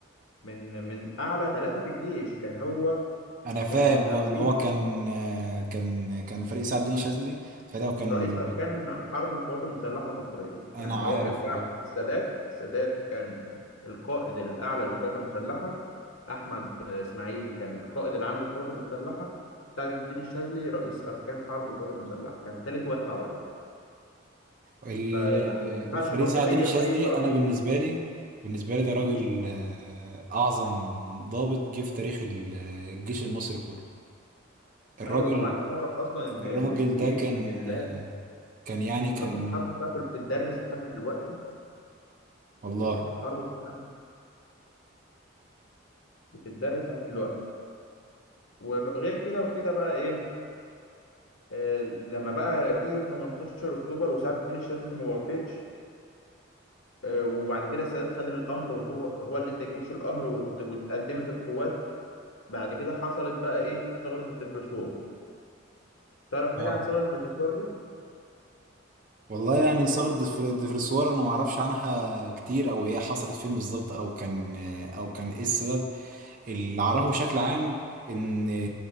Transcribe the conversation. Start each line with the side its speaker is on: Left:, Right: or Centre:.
Left: من من اعلى ثلاثه في الجيش كان هو
Right: انا فاهم
Left: آه،
Right: اه
Left: رئيس
Right: ان هو كان آه، كان كان فريق سعد الدين شاذلي ساعتها وكان
Left: رئيس
Right: بي-
Left: أركان حرب القوات المسلحة المصرية
Right: انا
Left: يعني
Right: عارف
Left: هو كان بعد
Right: اه
Left: السادات السادات كان القائد الأعلى للقوات المسلحة أحمد إسماعيل كان القائد العام للقوات المسلحة سعد الدين الشاذلي رئيس أركان حرب القوات المسلحة كان تالت واحد على طول
Right: ال-
Left: فيعني ما ينفعش
Right: الفريق
Left: برضو
Right: سعد
Left: أي
Right: الدين الشاذلي
Left: أي قرار
Right: انا
Left: يت-
Right: بالنسبه لي بالنسبه لي ده راجل
Left: مم.
Right: آه، اعظم ضابط جه في تاريخ ال- الجيش المصري كله الراجل
Left: أيوه طبعا أنت تعرف أصلا إن
Right: الراجل
Left: إن في
Right: ده كان
Left: مجلات
Right: كان يعني
Left: إن
Right: كان
Left: خطة الحرب
Right: من
Left: بتاعته بتدرس لحد دلوقتي
Right: والله
Left: خطة الحرب بتاعته بتدرس لحد دلوقتي وغير كده وكده بقى إيه آه، لما بقى جه يوم 18 اكتوبر وسعد الدين الشاذلي ما وافقش آه، وبعد كده السادات خد الامر وهو هو اللي ادى الجيش الامر وت- واتقدمت القوات بعد كده حصلت بقى ايه ثغرة الدبرسوار تعرف حاجة
Right: اه
Left: عن ثغرة الدبرسوار دي؟
Right: والله يعني ثورة دفر- دفرسوار انا ما اعرفش عنها كتير او هي حصلت فين بالظبط او كان او كان ايه السبب اللي اعرفه بشكل عام ان